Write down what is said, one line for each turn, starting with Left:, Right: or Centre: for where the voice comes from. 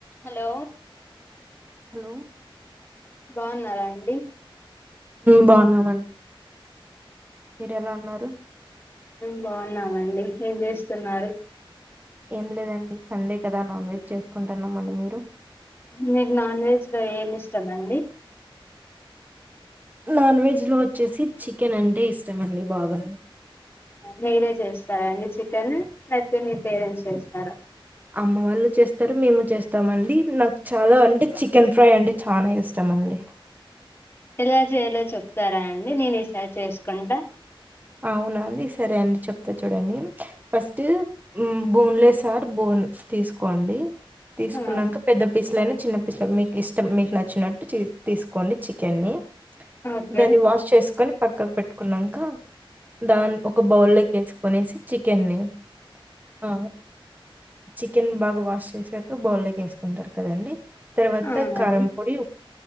Left: Hello
Right: hello
Left: బాగున్నారా అండి
Right: బాగున్నామండి మీరు ఎలా ఉన్నారు
Left: బాగున్నామండి ఏం చేస్తున్నారు
Right: ఏం లేదండి సండే కదా నాన్ వెజ్ చేసుకుంటున్నాం అండి మీరు
Left: మీకు నాన్ వెజ్ లో ఏమి ఇష్టమండి
Right: నాన్ వెజ్ లో వచ్చేసి చికెన్ అంటే ఇష్టం అండి బాగా
Left: మీరే చేస్తారా అండి చికెన్ లేకపోతే మీ పేరెంట్స్ చేస్తారా
Right: అమ్మ వాళ్ళు చేస్తారు మేము చేస్తామ అండి నాకు చాలా అంటే చికెన్ ఫ్రై అంటే చాలా ఇష్టం అండి
Left: ఎలా చేయాలో చెప్తారా అండి నేను ఈసారి చేసుకుంటా
Right: అవునా అండి సరే అండి చెప్తా చూడండి ఫస్ట్ బోన్లెస్ ఆర్ బోన్ తీసుకోండి తీసుకున్నాక
Left: ఆ
Right: పెద్ద పీస్లయినా చిన్నపీస్ మీకు ఇష్టం మీకు నచ్చినట్టు తీసుకోండి చికెన్ని
Left: ఓకే
Right: దాన్ని వాష్ చేసుకొని పక్కకు పెట్టుకున్నాంక దాని ఒక బౌల్ లోకి వేసుకునేసి చికెన్ని ఆ చికెన్ బాగ వాష్ చేసాక బౌల్లో వేసుకుంటారు కదండి తర్వాత
Left: అవునండి
Right: కారం పొడి